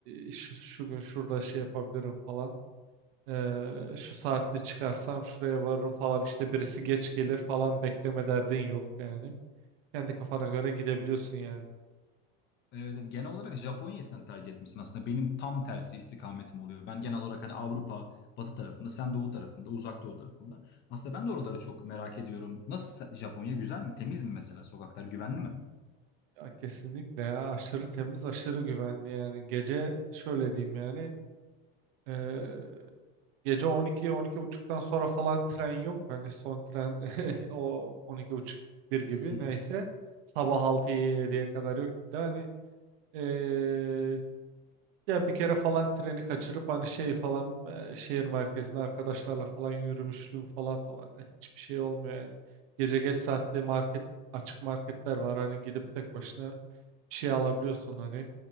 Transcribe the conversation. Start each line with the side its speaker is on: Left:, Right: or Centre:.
Right: e, şu, şu gün şurada şey yapabilirim falan. E, şu saatte çıkarsam şuraya varırım falan işte birisi geç gelir falan bekleme derdin yok yani. Kendi kafana göre gidebiliyorsun yani.
Left: Evet, evet. genel olarak Japonya'yı sen tercih etmişsin aslında. Benim tam tersi istikametim oluyor. Ben genel olarak hani Avrupa batı tarafında, sen doğu tarafında, uzak doğu tarafında. Aslında ben de oraları çok merak ediyorum. Nasıl Japonya güzel mi? Temiz mi mesela sokaklar? Güvenli mi?
Right: Ya kesinlikle ya aşırı temiz aşırı güvenli yani gece şöyle diyeyim yani eee, gece 12 12 buçuktan sonra falan tren yok hani son tren <laughs> o 12 buçuk bir gibi
Left: <laughs>
Right: neyse sabah altı 7ye kadar yok Bir de hani eee ya bir kere falan treni kaçırıp hani şey falan eee, şehir merkezinde arkadaşlarla falan yürümüşlüğüm falan da var Yani hiçbir şey olmuyor yani gece geç saatte market açık marketler var hani gidip tek başına şey alabiliyorsun hani